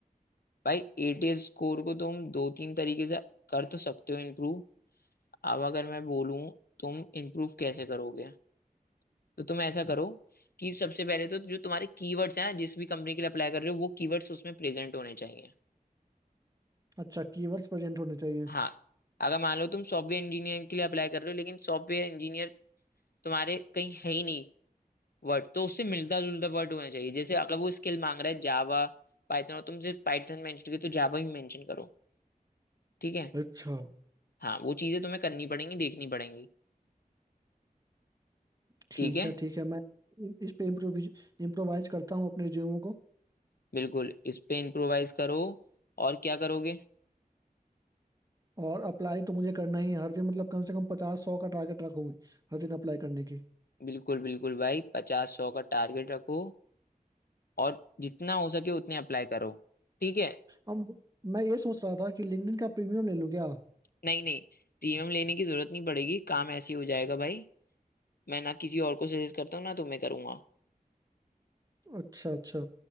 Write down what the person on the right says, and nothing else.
अच्छा कीवर्ड्स प्रेजेंट होने चाहिए
अच्छा
ठीक
है ठीक है मैं इ- इस पे इम्प्रोविज इम्प्रोवाइज करता हूँ अपने रिज्यूमो को
और अप्लाई तो मुझे करना ही है हर दिन मतलब कम से कम पचास सौ का टारगेट रखूंगी हर दिन अप्लाई करने की
अब मैं ये सोच रहा था कि लिंक्डइन का प्रीमियम ले लूँ क्या
अच्छा अच्छा